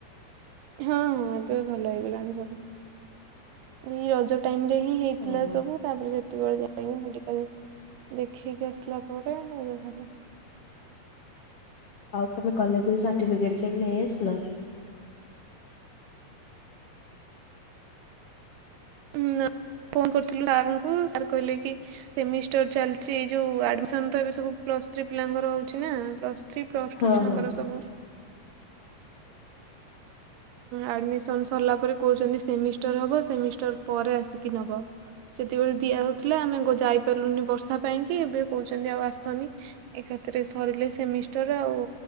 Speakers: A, on the right (about 80°); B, on the left (about 65°).
A: ହଁ, ହଁ ଏବେ ଭଲ ହେଇଗଲାଣି ସବୁ। ଏଇ ରଜ ଟାଇମ୍ ରେ ହିଁ ହେଇଥିଲା
B: ହଁ
A: ସବୁ। ତାପରେ ସେତେବେଳେ ଯାଇକି ମେଡିକାଲ ଦେଖେଇକି ଆସିଲା ପରେ ଏବେ ଭଲ।
B: ଆଉ ତମେ କଲେଜରେ ସାର୍ଟିଫିକେଟ ଯାଇ ନେଇ ଆସିଲ?
A: ଉଁ ନା ଫୋନ କରିଥିଲୁ ସାରଙ୍କୁ ସାର୍ କହିଲେ କି ସେମିଷ୍ଟର ଚାଲିଛି ଯୋଉ ଆଡମିସନ ତ ଏବେ ସବୁ ପ୍ଲସ ଥ୍ରୀ ପିଲାଙ୍କର ହଉଛି ନା ପ୍ଲ ସ ଥ୍ରୀ ପ୍ଲସ୍
B: ହଁ
A: ଟୁ ଛୁଆଙ୍କର
B: ହଁ।
A: ସବୁ। ଆଡମିସନ ସରିଲା ପରେ କହୁଛନ୍ତି ସେମିଷ୍ଟର ହବ ସେମିଷ୍ଟର ପରେ ଆସିକି ନେବ। ସେତିକିବେଳେ ଦିଆହଉଥିଲା ଆମେ ଯାଇ ପାରିଲୁନି ବର୍ଷା ପାଇଁ କି ଏବେ କହୁଛନ୍ତି ଆଉ ଆସନି ଏକାତିରେ ସରିଲେ ସେମିଷ୍ଟର ଆଉ